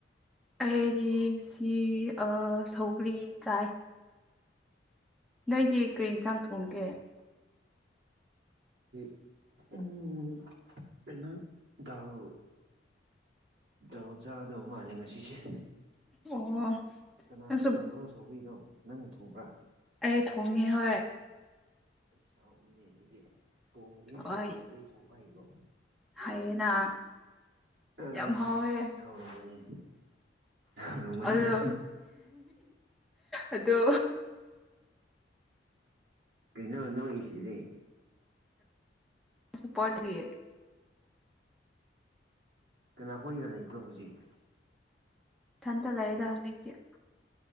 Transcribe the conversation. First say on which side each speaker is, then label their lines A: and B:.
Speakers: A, in the centre; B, on the right (about 65°).
A: ꯑꯩꯗꯤ ꯉꯁꯤ ꯑꯥ ꯁꯧꯒ꯭ꯔꯤ ꯆꯥꯏ ꯅꯪꯗꯤ ꯀꯔꯤ ꯌꯦꯟꯁꯥꯡ ꯊꯣꯡꯒꯦ
B: ꯑꯣ ꯑꯩꯈꯣꯏ <unintelligible> ꯎꯝ ꯀꯩꯅꯣ ꯗꯥꯎ ꯗꯥꯥꯎ ꯆꯥꯒꯗꯧꯕ ꯃꯥꯜꯂꯦ ꯉꯁꯤꯁꯦ
A: ꯑꯣ
B: ꯀꯅꯥꯅ
A: ꯅꯪꯁꯨ
B: ꯊꯣꯡꯕ꯭ꯔꯣ ꯁꯧꯒꯔꯤꯅꯣ ꯅꯪꯅ ꯊꯣꯡꯕ꯭ꯔꯥ
A: ꯑꯩ ꯊꯣꯡꯉꯦ ꯍꯣꯏ
B: ꯑꯩ ꯍꯥꯎꯅꯤꯅꯦ ꯑꯗꯨꯗꯤ ꯊꯣꯡꯕꯗꯤ ꯍꯩꯕ꯭ꯔꯣ
A: ꯍꯣꯏ
B: ꯁꯧꯒꯔꯤ ꯊꯣꯡꯕ ꯍꯩꯕ꯭ꯔꯣ
A: ꯍꯥꯏꯌꯦꯅ꯫
B: ꯑꯁ
A: ꯌꯥꯝ ꯍꯥꯎꯋꯦ
B: ꯍꯧꯔꯝꯒꯅꯤ ꯍꯧꯔꯝꯒꯅꯤ
A: ꯑꯗꯣ꯫
B: ꯑꯗꯨꯗꯤ
A: ꯑꯗꯣ
B: ꯀꯩꯅꯤ ꯅꯣꯛꯏꯁꯤꯗꯤ꯫
A: ꯁꯄꯣꯔꯠ ꯊꯌꯦ
B: ꯀꯅꯥ ꯍꯣꯢꯒ ꯂꯩꯕ꯭ꯔ ꯍꯧꯖꯤꯛ
A: ꯊꯟꯗꯂꯩꯗ ꯍꯧꯖꯤꯛꯇꯤ